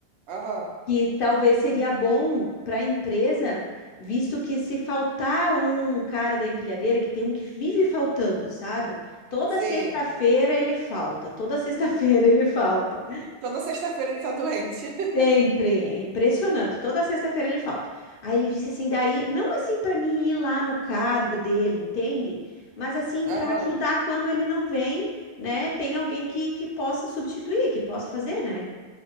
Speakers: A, on the right; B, on the left.
A: Aham.
B: que talvez seria bom para a empresa, visto que se faltar um cara da empilhadeira, que tem um que vive faltando, sabe? Toda
A: Sei.
B: sexta-feira ele falta, toda sexta-feira <laughs> ele falta.
A: Toda sexta-feira ele tá doente. <laughs>
B: Sempre, é impressionante. Toda sexta-feira ele falta. Aí ele disse assim, daí, não assim para mim ir lá no cargo dele, entende? Mas assim
A: Aham.
B: para ajudar quando ele não vem, né? Tem alguém que, que possa substituir, que possa fazer, né?